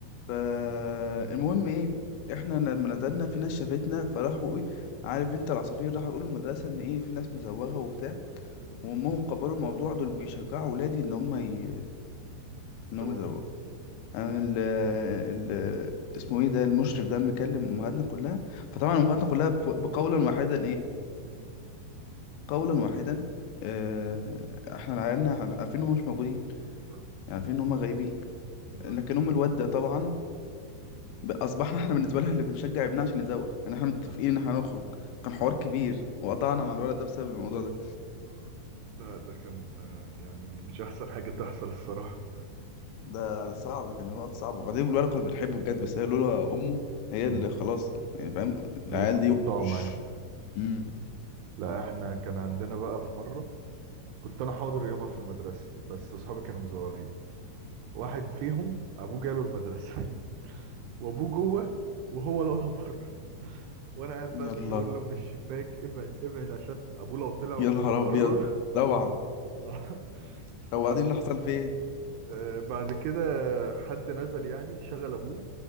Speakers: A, on the left (about 80°); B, on the right (about 80°).
A: فالمهم ايه احنا لما نزلنا في ناس شافتنا فراحوا ايه عارف انت العصافير راحوا يقولوا المدرسه ان ايه في ناس مزوغه وبتاع
B: مم.
A: وامهم كبروا الموضوع دول بيشجعوا ولادي ان هم ي... ان
B: زواغ
A: هم يزوغوا قام
B: مم.
A: ال ال اسمه ايه ده المشرف ده مكلم امهاتنا كلها فطبعا امهاتنا كلها ب- بقولا واحدا ايه
B: مم.
A: قولا واحدا آه، احنا العيالنا عارف- عارفين انهم مش موجودين يعني
B: اه
A: عارفين ان هم غايبين
B: بالظبط
A: لكن ام الواد ده طبعا ب- اصبحنا احنا بالنسبه لها اللي بنشجع ابنها عشان يزوغ يعني احنا متفقين
B: لا
A: ان احنا هنخرج كان حوار كبير وقطعنا مع الولد ده بسبب الموضوع ده
B: مم. لا ده كان آه، يعني مش احسن حاجة تحصل الصراحة
A: ده صعب ده كان وقت صعب وبعدين الولد كنا بنحبه بجد بس هي لولا امه هي
B: مم.
A: اللي خلاص يعني فاهم العيال
B: خليكوا
A: دي
B: تقطعوا
A: مش
B: معاه
A: امم
B: لا احنا كان عندنا بقى في مرة كنت انا حاضر يومها في المدرسة بس اصحابي كانوا مزوغين واحد فيهم ابوه جاله المدرسة <laughs> وابوه جوه وهو الولد بره <laughs> وانا قاعد
A: يلا
B: بقى بشاور له من الشباك ابعد ابعد عشان ابوه لو طلع وشافه
A: يا نهار
B: بره
A: ابيض طبعا
B: <laughs> بس
A: طب
B: الحمد
A: وبعدين اللي حصل فيه ايه
B: آه، بعد كده حد نزل يعني شغل ابوه